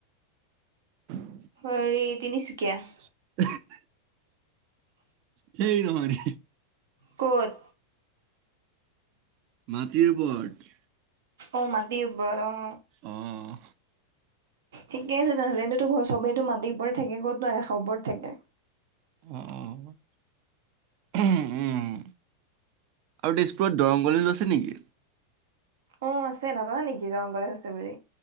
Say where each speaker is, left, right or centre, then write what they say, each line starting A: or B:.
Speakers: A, on the right; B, on the right.
A: <unintelligible>
B: হয় হেৰি তিনিচুকীয়া ।
A: <unintelligible> সেই নহয়।
B: ক'ত
A: মাটিৰ ওপৰত
B: অ মাটি উপৰত অ
A: আহ
B: ঠিকে আছে তেনেহ'লে এন্ত তোৰ ঘ চবেইো মাটিৰ ওপৰত থাকে ক'তো আকাশ ৰ ওপৰত থাকে
A: আহ উম আৰু তেজপুৰত দৰংগলী আছে নেকি
B: অ আছে নাজানা নেকি গমান প আছে বুলি